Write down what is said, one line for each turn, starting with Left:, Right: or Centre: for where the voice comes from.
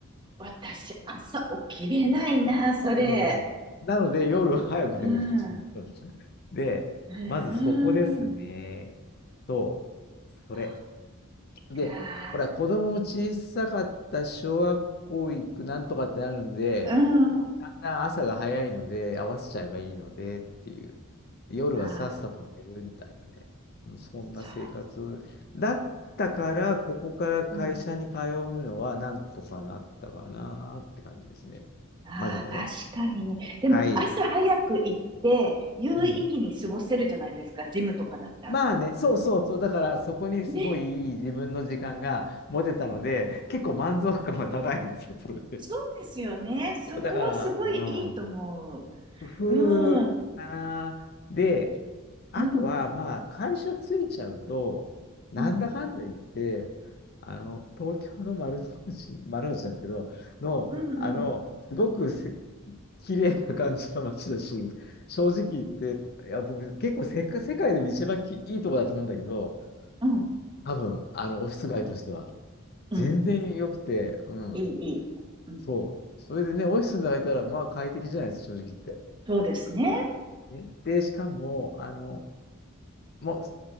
Right: 私朝起きれないな、それ。
Left: うん。なので、夜は早く寝るっていう。
Right: うん。
Left: <laughs> で、
Right: うん。
Left: まずそこですね。
Right: うん
Left: そう。それ。
Right: そ
Left: で、
Right: っか。
Left: ほら、子供も小さかった小学校行くなんとかってなるんで、
Right: うん。
Left: みんなだんだん朝が早いので、
Right: あ
Left: 合わせちゃえばいいのでっていう。で夜はさっさと寝るみたいなね。
Right: あ、
Left: うんそんな生活だったから、
Right: そうか。
Left: ここから会社に通うのはなんとかなったかなって感じですね。
Right: うん。ああ、
Left: まずはね。
Right: 確かにね。でも朝早く行って、
Left: はい。
Right: 有意義に過ごせるじゃないですか、
Left: うん。
Right: ジムとかだったら。
Left: まあね、そうそうそう。だから、そこにすごいいい自分の時間が持てたので、
Right: ね。
Left: 結構満足感が高いんですよ、それで。
Right: そうですよね。そこはすごいいいと思う。
Left: だから、うん、工夫かな。
Right: うん。
Left: で、あとは、
Right: うん。
Left: まあ、会社ついちゃうと、なんだかんだ言って、
Right: うんうん。
Left: あの、東京の丸の内、<laughs> 丸の内なんですけど、の、
Right: うんうん。
Left: あの、すごくす綺麗な感じの街だし、正直言って、
Right: うん
Left: いや、僕、結構せか、世界でも一番き、いいとこだと思うんだけど、
Right: うん。
Left: 多分、あの、オフィス街としては、
Right: うん。
Left: 全然良くて、うん、
Right: いい、いい。うん。
Left: そう。それでね、オフィスになれたら、まあ、快適じゃないですか、正直言って。
Right: そうですね。
Left: ねで、しかも、あの、もう、